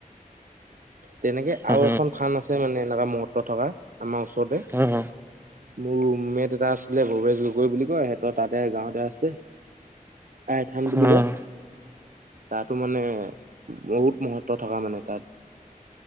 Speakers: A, on the right; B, on the right.
A: তেনেকে
B: উম
A: আৰু এখন থান আছে মানে, এনেকুৱা মহত্ত থকা, আমাৰ ওচৰতে।
B: উম
A: মোৰ ৰুমমেট এটা আছিলে, ভৱেশ গগৈ বুলি কয়। সিহঁতৰ তাতে গাঁৱতে আছে। আই থান বুলি
B: উম
A: কয়। তাতো মানে বহুত মহত্ব থকা, মানে তাত।